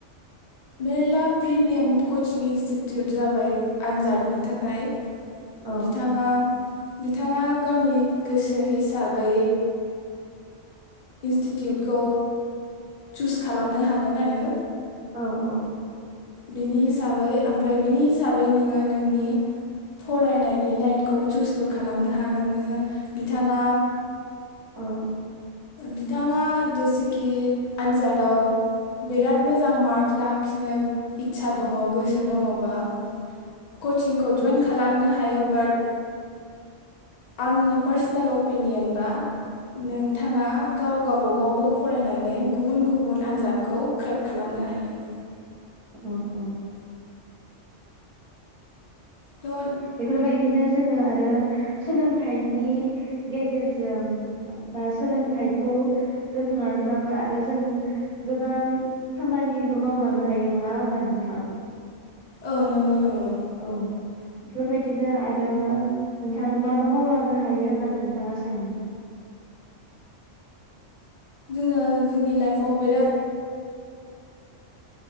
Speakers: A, on the left; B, on the right.
A: मेरला प्रिमियाम कचिं इन्स्टिटिउट जाबाय आनजादनि थाखाय
B: औ
A: बिथांङा बिथाङा गावनि गोसो हिसाबै इन्स्टिटिउटखौ चुस खालामनो हागोन आरो
B: औ औ
A: बिनि हिसाबै ओमफ्राय बिनि हिसाबै नोङो नोंनि फरायनायनि लाइनखौ चुसबो खालामनो हागोन नोङो बिथाङा
B: औ
A: बिथाङा जेसेखि आनजादाव बिराद मोजां मार्क लाखिनो इटसा दङ गोसो दङबा कचिंखौ जएन्थ खालामनो हायो बाट आंनि पार्सनेल अपिनियन बा नोंथाङा गाव गावाबागावबो फरायनानै गुबुन गुबुन आनजादखौ क्रेक खालामनो हायो।
B: ओम ओम
A: थ'
B: बेफोरबायदिनो जोङो आरो सोलोंथाइनि गेजेरजों बा सोलोंथाइखौ दोनथ'नानैबाबो आरो जों गोबां खामानिबो मावलांनो हायो नङा होमबा नोंथां।
A: औ नंगौ नंगौ
B: औ बेफोरबायदिनो आरो नोंथाङा मा मा मावलांनो हायो होननानै नोंथाङा सानो
A: जोङो जोंनि लाइफआव बिराद